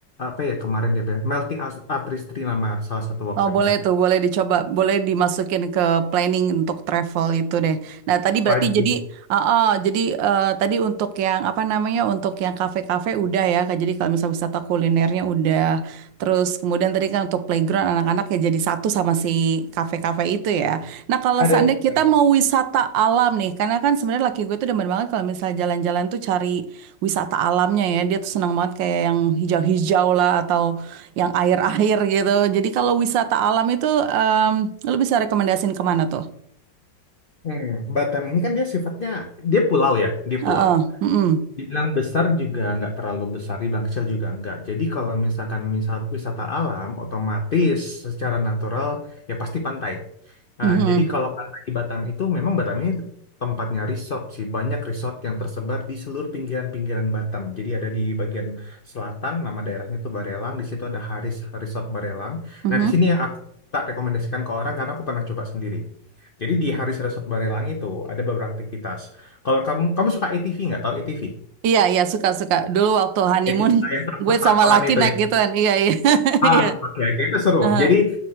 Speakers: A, on the left (about 55°); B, on the right (about 85°).
A: apa ya kemarin deh, Be? Melting Art- Artistry nama salah satu workshopnya.
B: Oh, boleh tuh, boleh dicoba, boleh dimasukin ke planning untuk travel itu deh. Nah, tadi berarti
A: Wajib.
B: jadi, uh, uh, jadi uh, tadi untuk yang apa namanya, untuk yang kafe-kafe udah ya, Kak. Jadi kalau misalnya wisata kulinernya udah, terus kemudian tadi kan untuk playground anak-anak ya jadi satu sama si kafe-kafe itu ya. Nah, kalau
A: Ada
B: seandainya
A: juga.
B: kita mau wisata alam nih, karena kan sebenarnya laki gue tuh demen banget kalau misalnya jalan-jalan tuh cari wisata alamnya ya. Dia tuh senang banget kayak yang hijau-hijau lah atau yang air-air gitu. Jadi kalau wisata alam itu, em, lu bisa rekomendasiin kemana tuh?
A: Hmm, Batam ini kan dia sifatnya dia pulau ya, dia
B: Heeh,
A: pulau.
B: mm-mm,
A: Dibilang besar juga nggak terlalu besar, dibilang kecil juga nggak. Jadi kalau misalkan misa- wisata alam, otomatis secara natural ya pasti pantai. Nah,
B: mhm,
A: jadi kalau pantai di Batam itu memang Batam ini tempatnya resort sih. Banyak resort yang tersebar di seluruh pinggiran-pinggiran Batam. Jadi ada di bagian selatan, nama daerahnya tuh Barelang. Di situ ada Haris Resort Barelang.
B: mhm.
A: Nah, di sini yang aku tak rekomendasikan ke orang karena aku pernah coba sendiri. Jadi di Haris Resort Barelang itu ada beberapa aktivitas. Kalau kamu kamu suka ATV nggak? Tahu ATV?
B: Iya, iya, suka-suka. Dulu waktu honeymoon,
A: ATV yang traktor-traktoran
B: <laughs> gue sama laki
A: itu
B: naik
A: ya.
B: gituan. Iya, iya, <laughs>
A: Ah,
B: iya.
A: oke, oke, itu seru.
B: Heeh,
A: Jadi